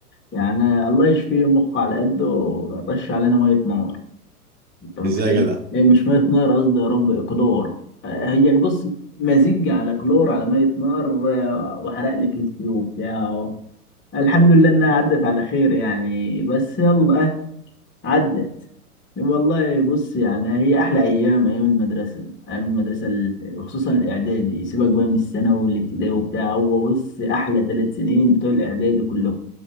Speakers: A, on the left; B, on the right.
A: يعني الله يشفيه مخه على قده رش علينا ميه نار انت متخيل
B: إزاي يا جدع؟
A: إيه مش ميه نار قصدي يا رب كلور آه، هي بص مزيج على كلور على ميه نار آه، وحرق لي كتفي وبتاع الحمد لله انها عدت على خير يعني بس يلا آه، عدت والله بص يعني هي احلى ايام ايام المدرسه ايام المدرسه ال- وخصوصا الاعدادي سيبك بقى من الثانوي والابتدائي وبتاع هو بص احلى ثلاث سنين بتوع الاعدادي كلهم